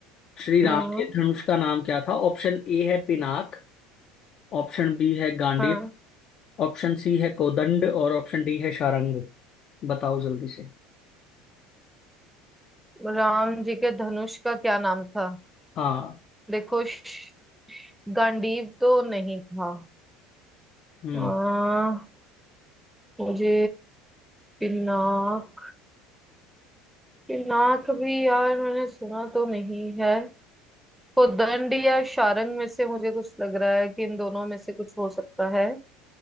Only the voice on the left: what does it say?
श्री राम
के धनुष का नाम क्या था ऑप्शन ए है पिनाक ऑप्शन बी है गांडीव
ऑप्शन सी है कोदंड और ऑप्शन डी है शारंग बताओ जल्दी से
हाँ
हम्म